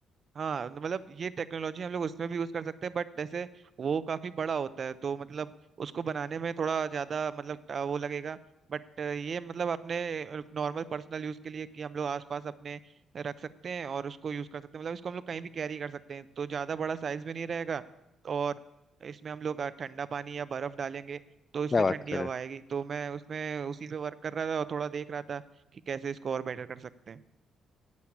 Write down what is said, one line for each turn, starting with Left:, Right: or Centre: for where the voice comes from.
Right: हाँ तो मतलब ये टेक्नोलॉजी हम लोग उसमें भी यूज कर सकते हैं बट जैसे वो काफी बड़ा होता है तो मतलब उसको बनाने में थोड़ा ज्यादा मतलब टा- वो लगेगा बट ये मतलब अपने नॉर्मल पर्सनल यूज के लिए कि हम लोग आसपास अपने रख सकते हैं और उसको यूज कर सकते हैं मतलब इसको हम लोग कहीं भी कैरी कर सकते हैं तो ज्यादा बड़ा साइज भी नहीं रहेगा और इसमें हम लोग अ, ठंडा पानी या बर्फ डालेंगे तो इससे
Left: क्या बात
Right: ठंडी
Left: करें
Right: हवा आएगी तो मैं उसमें उसी पे वर्क कर रहा था और थोड़ा देख रहा था कि कैसे इसको और बेटर कर सकते हैं